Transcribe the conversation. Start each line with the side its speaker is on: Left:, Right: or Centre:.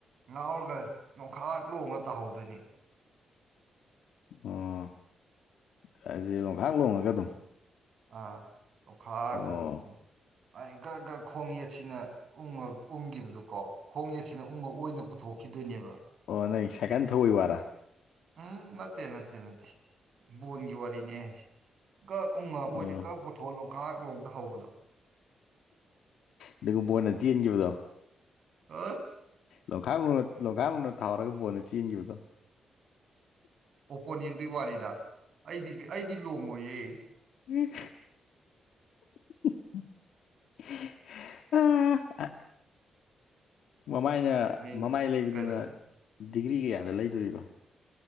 Right: ꯉꯥꯎꯔꯒ ꯅꯣꯡꯈꯥꯛ ꯂꯣꯡꯉ ꯇꯥꯍꯧꯗꯣꯏꯅꯦ
Left: ꯑꯝ ꯍꯥꯏꯁꯦ ꯂꯣꯡꯈꯥꯛ ꯂꯣꯡꯉꯒ ꯑꯗꯨꯝ
Right: ꯑ ꯂꯣꯛꯈꯥꯛ
Left: ꯑꯣ
Right: ꯂꯣꯛꯈꯤꯗ ꯑꯩꯒ <inaudible> ꯈꯣꯡꯡꯂꯠꯁꯤꯅ ꯎꯉ ꯎꯪꯈꯤꯕꯗꯀꯣ ꯈꯣꯡ ꯌꯦꯠꯁꯤꯅ ꯎꯉ ꯑꯣꯏꯅ ꯄꯨꯊꯣꯛꯈꯤꯗꯣꯏꯅꯦꯕ
Left: ꯑꯣ ꯅꯪꯒꯤꯁꯦ ꯁꯥꯏꯀꯜ ꯊꯧꯕꯩ ꯋꯥꯔꯥ
Right: ꯎꯝ ꯅꯠꯇꯦ ꯅꯠꯇꯦ ꯅꯠꯇꯦ ꯕꯣꯜꯒꯤ ꯋꯥꯔꯤꯅꯦ ꯍꯥꯏꯁꯦ ꯀꯛ ꯎ ꯉ
Left: ꯎꯝ
Right: ꯀ ꯄꯨꯊꯣꯛ ꯂꯣꯡꯈꯥꯛ ꯂꯣꯟ ꯇꯍꯧꯕꯗꯣ
Left: ꯑꯗꯨꯒ ꯕꯣꯟꯅ ꯆꯦꯟꯈꯤꯕꯗꯣ
Right: ꯍꯥ
Left: ꯂꯣꯡꯈꯥꯛꯂꯣ ꯂꯣꯡꯈꯥꯛꯂꯣꯟꯅ ꯊꯥꯎꯔꯒ ꯕꯣꯟꯅ ꯆꯦꯟꯈꯤꯕꯗꯣ
Right: ꯑꯣꯄꯣꯅꯦꯟꯗꯨꯒꯤ ꯋꯥꯅꯤꯗ ꯑꯩꯗꯤ ꯑꯩꯗꯤ ꯂꯣꯡꯉꯣꯏꯌꯦ
Left: ꯎꯝ <inaudible> ꯎꯝ <inaudible> ꯃꯃꯥꯏꯅ
Right: ꯔꯦꯡ
Left: ꯃꯃꯥꯏ ꯂꯩꯕꯗꯨꯅ
Right: ꯀꯔꯤ
Left: ꯗꯤꯒ꯭ꯔꯤ ꯀꯌꯥꯗ ꯂꯩꯗꯨꯔꯤꯕ